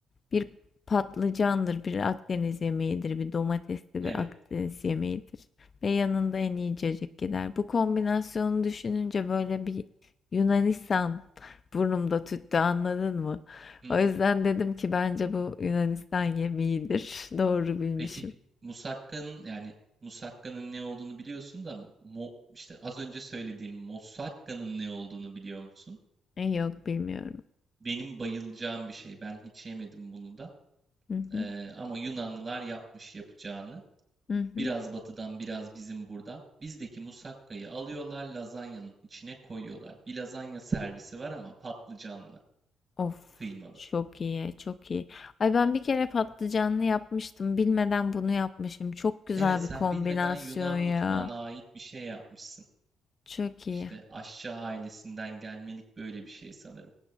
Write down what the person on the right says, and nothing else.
evet.
Hı
hı.
Peki Musakka'nın yani Musakka'nın ne olduğunu biliyorsun da mo, işte az önce söylediğim Mosakka'nın ne olduğunu biliyor musun?
Benim bayılacağım bir şey. Ben hiç yemedim bunu da.
Ee, ama Yunanlılar yapmış yapacağını.
Biraz batıdan biraz bizim buradan. Bizdeki musakkayı alıyorlar lazanyanın içine koyuyorlar. Bir lazanya servisi var ama patlıcanlı,
kıymalı.
Evet sen
bilmeden Yunan mutfağına
ait bir şey yapmışsın.
İşte aşçı ailesinden gelmelik böyle bir şey sanırım.